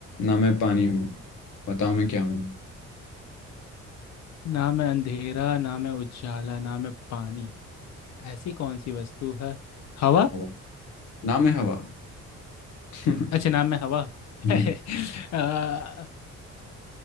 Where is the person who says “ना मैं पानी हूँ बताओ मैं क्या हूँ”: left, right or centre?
Left